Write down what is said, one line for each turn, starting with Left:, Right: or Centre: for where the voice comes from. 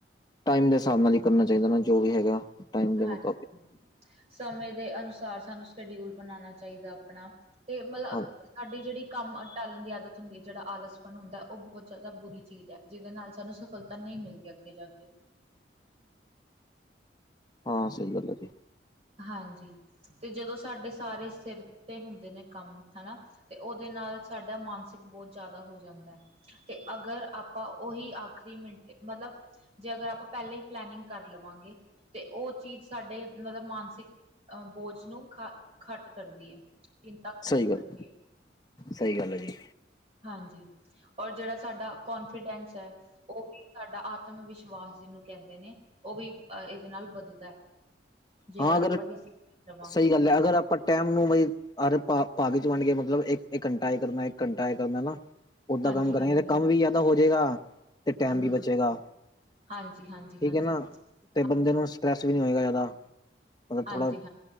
Left: ਟਾਈਮ ਦੇ ਹਿਸਾਬ ਨਾਲ ਹੀ ਕਰਨਾ ਚਾਹੀਦਾ ਨਾ, ਜੋ ਵੀ ਹੈਗਾ। ਟਾਈਮ ਦੇ
Right: ਹਾਂਜੀ
Left: ਮੁਤਾਬਿਕ
Right: ਹਾਂ ਸਮੇਂ ਦੇ ਅਨੁਸਾਰ, ਸਾਨੂੰ ਸ਼ਡਿਊਲ ਬਣਾਉਣਾ ਚਾਹੀਦਾ ਆਪਣਾ ਤੇ ਮਤਲਬ
Left: ਹਾਂ
Right: ਸਾਡੀ ਜਿਹੜੀ ਕੰਮ ਟਾਲਣ ਦੀ ਆਦਤ, ਜਿਹੜਾ ਆਲਸਪਣ ਹੁੰਦਾ ਔ, ਬਹੁਤ ਜਾਦਾ ਬੁਰੀ ਚੀਜ਼ ਏ, ਜਿਹਦੇ ਨਾਲ ਸਾਨੂੰ ਸਫਲਤਾ ਨਹੀਂ ਮਿਲਦੀ ਅੱਗੇ ਜਾ ਕੇ
Left: ਹਾਂ ਸਹੀ ਗੱਲ ਹੈ ਜੀ
Right: ਹਾਂਜੀ, ਤੇ ਜਦੋਂ ਸਾਡੇ ਸਾਰੇ ਸਿਰ ਤੇ ਹੁੰਦੇ ਨੇ ਕੰਮ ਹਨਾ ਤੇ ਉਹਦੇ ਨਾਲ ਸਾਡਾ ਮਾਨਸਿਕ ਬਹੁਤ ਜ਼ਾਂਦਾ ਹੋ ਜ਼ਾਦਾ ਹੈ, ਤੇ ਅਗਰ ਆਪਾਂ ਉਹੀ ਆਖਰੀ ਮਿੰਟ ਤੇ ਮਤਲਬ, ਜੇ ਅਗਰ ਆਪਾਂ ਪਹਲੇ ਈ ਪਲੇਨਿੰਗ ਕਰ ਲਵਾਂਗੇ ਤੇ ਉਹ ਚੀਜ਼ ਸਾਡੇ ਮਤਲਬ ਮਾਨਸਿਕ ਅਹ ਬੋਝ <unintelligible> ਨੂੰ ਖ ਖੱਟ ਕਰਦੀ ਹੈ, ਚਿੰਤਾ ਖਤਮ
Left: ਸਹੀ
Right: ਕਰਦੀ
Left: ਗੱਲ
Right: ਹੈ
Left: ਸਹੀ ਗੱਲ ਹੈ ਜੀ
Right: ਹਾਂਜੀ। ਔਰ ਜਿਹੜਾ ਸਾਡਾ ਕਨਫੀਡੈਂਸ ਹੈ। ਉਹ ਵੀ ਸਾਡਾ ਆਤਮ ਵਿਸ਼ਵਾਸ ਜਿਹਨੂੰ ਕਹਿੰਦੇ ਨੇ ਉਹ ਵੀ ਅਹ ਇਹਦੇ ਨਾਲ ਵੱਧਦਾ ਹੈ। ਜੇ
Left: ਹਾਂ ਅਗਰ
Right: ਆਪਾਂ ਡਿਸਿਪਲਿਨ ਰਵਾਂਗੇ
Left: ਸਹੀ
Right: ਆਪਣੇ
Left: ਗੱਲ ਹੈ,
Right: ਕੰਮ
Left: ਅਗਰ ਆਪਾਂ
Right: ਦੇ
Left: ਟਾਈਮ। ਨੂੰ ਬਈ ਆਦਤ ਪਾ, ਪਾ ਕੇ ਵੰਡ ਕੇ ਮਤਲਬ ਇੱਕ ਘੰਟਾ ਇਹ ਕਰਨਾ ਇੱਕ ਘੰਟਾ ਇਹ ਕਰਨਾ ਨਾ। ਓਦਾਂ
Right: ਹਾਂਜੀ,
Left: ਕੰਮ ਕਰਾਂਗੇ,
Right: ਹਾਂਜੀ,
Left: ਤੇ ਕੰਮ ਵੀ ਜ਼ਿਆਦਾ ਹੋ ਜਾਏਗਾ ਤੇ
Right: ਹੂੰ,
Left: ਟਾਈਮ
Right: ਹੂੰ।
Left: ਵੀ ਬਚੇਗਾ।
Right: ਹਾਂਜੀ, ਹਾਂਜੀ,
Left: ਠੀਕ
Right: ਹਾਂਜੀ,
Left: ਹੈ ਨਾ ਤੇ
Right: ਹਾਂਜੀ।
Left: ਬੰਦੇ ਨੂੰ
Right: ਹਾਂਜੀ,
Left: ਸਟਰੈਸ ਵੀ ਨਹੀਂ ਹੋਏਗਾ, ਜ਼ਿਆਦਾ ਮਤਲਬ
Right: ਹਾਂਜੀ,
Left: ਥੋੜ੍ਹਾ